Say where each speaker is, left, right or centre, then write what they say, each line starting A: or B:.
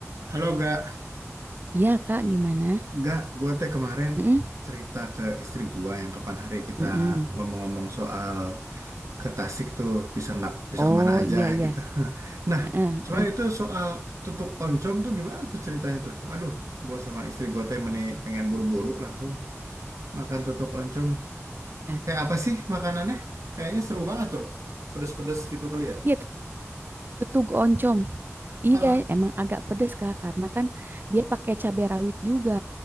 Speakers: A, on the right; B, on the right.
A: Halo gak,
B: Iya Kak, gimana?
A: gak, gue teh kemarin
B: Mm-mm,
A: cerita ke istri gua yang kapan hari kita
B: mm-mm.
A: ngomong-ngomong soal ke Tasik tuh bisa nggak bisa
B: Oh
A: kemana aja
B: iya iya.
A: gitu. <laughs> Nah,
B: Heeh,
A: cuman
B: heeh.
A: itu soal tutuk oncom tuh gimana tuh ceritanya tuh? Aduh, gua sama istri gua teh meni pengen buru-buru langsung makan tutuk oncom.
B: Nah,
A: Kayak apa sih makanannya? Kayaknya seru banget tuh, pedes-pedes gitu kali ya.
B: Iya tut- tutug oncom. Iya
A: Ah,
B: emang agak pedes Kak karena kan dia pakai cabai rawit juga.